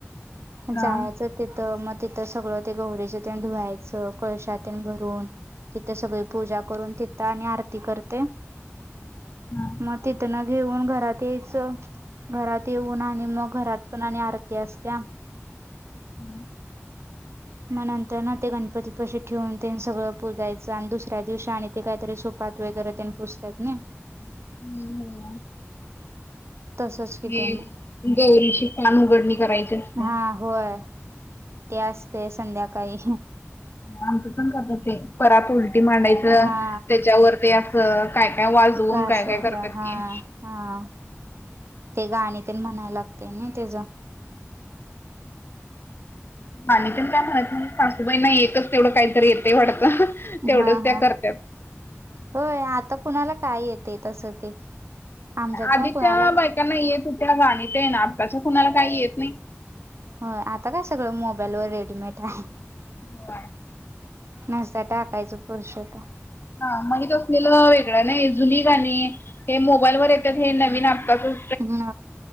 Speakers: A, on the left (about 50°); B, on the right (about 65°).
A: हा.
B: जायचं तिथं मग तिथं सगळं ते गौरीेच धुवायचं कळशातात भरून तिथे सगळी पूजा करून तिथं आणि आरती करते
A: हा.
B: मग तिथून घेऊन घरात यायचं घरात येऊन आणि मग घरात पण आणि आरती असत्या
A: हम्
B: मग नंतर ना ते गणपती पशी ठेवून त्यां सगळं प पुजायचं आणि दुसऱ्या दिवशी आणि ते काहीतरी सोपात वगैरे त्यांनी पुोसतात ना.
A: हम् हम.
B: तसंच कि
A: हे
B: ते मग
A: गौरीची पान उघडणी करायची. असत्या.
B: हा होय ते असते संध्याकाळी
A: आमचं पण करतच आहे परत उलटी मांडायचं
B: हा
A: त्याच्यावर ते असं काय काय वाजवून
B: घासायचा
A: काय काय करतात
B: हा
A: की
B: हा ते गाणी तर म्हणायला लागते ना त्याच
A: आणििकण काय म्हणत सासूबाईना येतच तेवढं काहीतरी येतंय वाटतं. तेवढंच
B: हा
A: त्या
B: हा
A: करत्यात.
B: होय आता कुणाला काय येते तसं ते आमच्यात
A: आधीच्या
B: पण कुणाला
A: बायकांना येत होत्या गाणीत ना आताच्या खुणाला काही येत नाही.
B: हो आता काय सगळं मोबाईल व रेडीमेड आहे.
A: हो.
B: नसता टाकायच पुरुषता
A: हा माहीत असलेलं वेगळं नाही जुनी काणी हे मोबाईल वर येतात हे नवीन आपताचच
B: ् ह